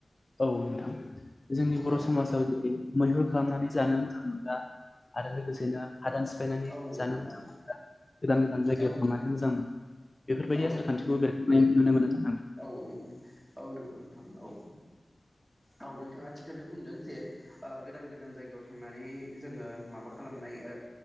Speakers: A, on the left; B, in the centre.
A: औ नोंथां। जोंनि
B: बुंलाय
A: बर' समाजाव जेरै मैहुर खालामनानै जानो मोजां मोनग्रा आरो लोगोसेनो हादान सिफायनानै
B: औ नंगौ
A: जानो
B: नोंथां
A: मोजां मोनग्रा गोदान गोदान जायगायाव
B: औ नंगौ
A: थांनानै मोजां मोनग्रा बेफोरबायदि
B: औ
A: आसार
B: नंगौ
A: खान्थिखौ
B: नोंथां
A: बेरखां <unintelligible>
B: औ नंगौ औ नंगौ नोंथां औ। औ नोंथाङा थिकखौनो बुंदों जे ओ गोदान गोदान जायगायाव थांनानै जोङो माबा खालामनाय